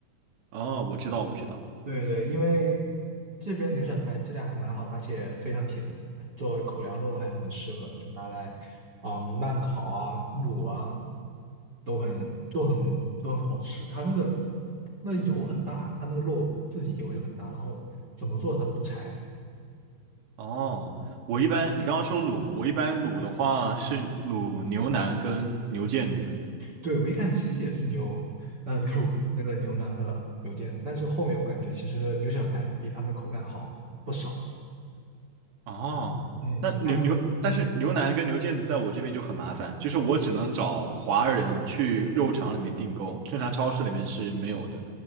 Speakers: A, on the right (about 75°); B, on the right (about 25°).
A: 哦，我知道，我知道。
B: 对对，因为这边牛小排质量还蛮好的，而且非常便宜，作为口粮肉还是很适合，就拿来啊、慢烤啊、卤啊，都很都很都很好吃。它那个那油很大，它那个肉自己油就很大，然后怎么做它都不柴。
A: 哦，我一般你刚刚说卤，
B: 嗯，
A: 我一般卤的话是卤牛腩跟牛腱子。
B: 对，我一开始其实也是牛，呃，卤那个牛腩和牛腱子，但是后面我感觉其实牛小排比他们的口感好不少。
A: 哦，
B: 嗯，
A: 那牛牛，
B: 你看什么？嗯，
A: 但是牛腩跟牛腱子在我这边就很麻烦，就是我只能找华人去肉场里面订购，正常超市里面是没有的。